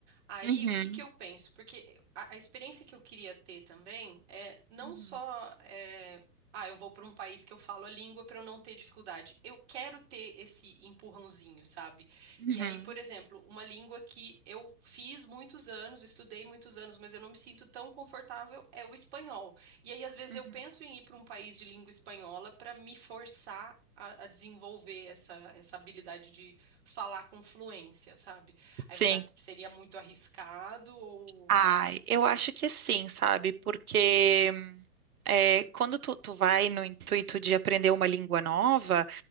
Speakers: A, on the right (about 40°); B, on the right (about 60°).
A: Aí,
B: Uhum,
A: o que que eu penso? Porque a, a experiência que eu queria ter também é não
B: uhum,
A: só, é, ah, eu vou para um país que eu falo a língua para eu não ter dificuldade. Eu quero ter esse empurrãozinho, sabe?
B: uhum,
A: E aí, por exemplo, uma língua que eu fiz muitos anos, estudei muitos anos, mas eu não me sinto tão confortável é o espanhol. E aí, às vezes,
B: uhum.
A: eu penso em ir para um país de língua espanhola para me forçar a, a desenvolver essa, essa habilidade de falar com fluência, sabe?
B: Sim.
A: Aí você acha que seria muito arriscado ou.
B: Ai, eu acho que sim, sabe? Porque é, quando tu, tu vai no intuito de aprender uma língua nova,